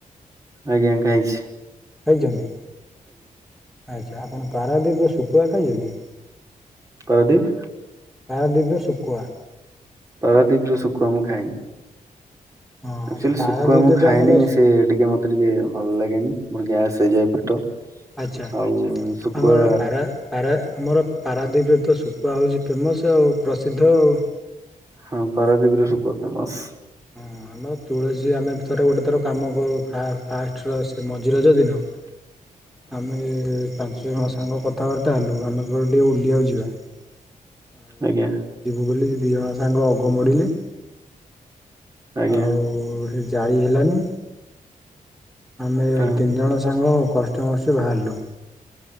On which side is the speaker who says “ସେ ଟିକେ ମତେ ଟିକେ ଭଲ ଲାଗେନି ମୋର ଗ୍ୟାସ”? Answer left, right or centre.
Right